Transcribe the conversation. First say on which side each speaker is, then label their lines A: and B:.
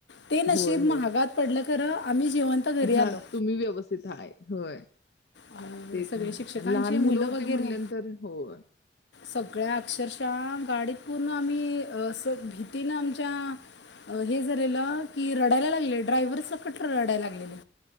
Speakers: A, on the left; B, on the left.
A: ते नशीब
B: होय, होय.
A: महागात पडलं! खरं आम्ही जिवंत घरी
B: हां,
A: आलो!
B: तुम्ही व्यवस्थित आहेत. होय.
A: अ
B: तेच
A: सगळे
B: महत्वाचं
A: शिक्षकांचे
B: आणि लहान
A: मुलं
B: होती
A: वगैरे,
B: म्हटल्यानंतर होय.
A: सगळ्या अक्षरशः गाडीत पूर्ण आम्ही अ सग तिनं आमच्या हे झालेलं, की रडायला लागले. ड्रायव्हर सकट रडायला लागलेले.